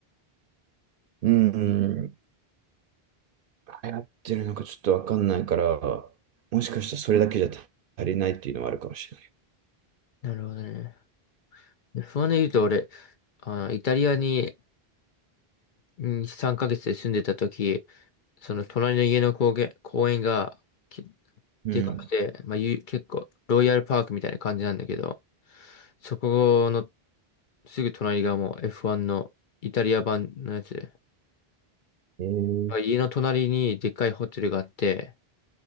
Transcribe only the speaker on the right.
うん、流行ってるのかちょっとわかんないから、もしかしたらそれだけじゃ足りないっていうのはあるかもし
れない。
うん。
えー、